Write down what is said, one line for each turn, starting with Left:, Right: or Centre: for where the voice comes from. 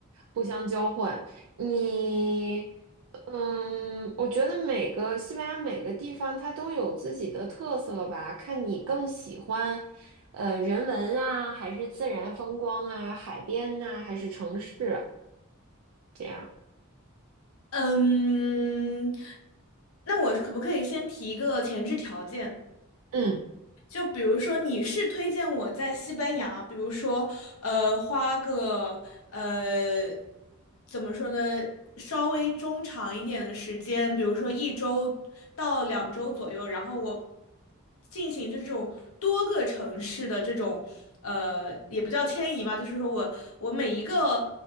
Right: 互相交换。你，嗯，我觉得每个西班牙每个地方它都有自己的特色吧，看你更喜欢。呃，人文啊，还是自然风光啊，海边呐、还是城市这样？
Left: 嗯，那我可不可以先提一个前置条件？
Right: 嗯，
Left: 就比如说，你是推荐我在西班牙，比如说，呃，花个呃，怎么说呢，稍微中长一点的时间，比如说一周到两周左右，然后我进行就是这种多个城市的这种，呃，也不叫迁移吧，就是说我我每一个